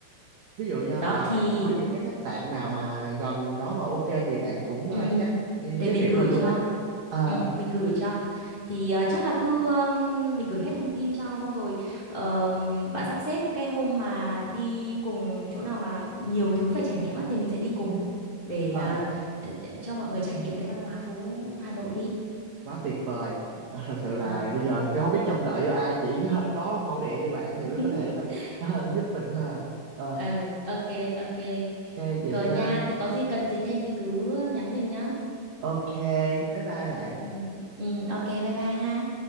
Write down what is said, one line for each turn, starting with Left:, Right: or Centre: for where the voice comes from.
Right: ví dụ như
Left: đó
Right: mà
Left: thì
Right: bạn có những cái khách sạn nào mà gần đó mà ok thì bạn cũng
Left: Ừ,
Right: ờ, chắc ờ,
Left: để
Right: giới
Left: mình
Right: thiệu
Left: gửi
Right: cho mình luôn
Left: cho.
Right: ha ờ
Left: Ừ, mình gửi cho. Thì à, chắc là cứ ừm, mình gửi hết thông tin cho xong rồi ờm, bạn sắp xếp cái hôm mà đi cùng chỗ nào mà nhiều thứ phải trải nghiệm á thì mình sẽ đi cùng để
Right: ờ.
Left: à, cho mọi người trải nghiệm cái văn hóa phố Hà Nội đi.
Right: quá tuyệt vời Ờ, thật sự là
Left: Ừ.
Right: bây giờ cái không biết trông đợi vô ai chỉ có, có khẩu điện như bạn
Left: <laughs>
Right: thì mới có thể ờ, <laughs> giúp mình thôi à. ờ
Left: Ờ, ok, ok.
Right: nghe vậy
Left: Rồi
Right: ờ,
Left: nha, thì có gì cần gì thêm thì cứ nhắn mình nhá.
Right: ok bye bye bạn
Left: Ừ, ừ, ok, bye bye ha.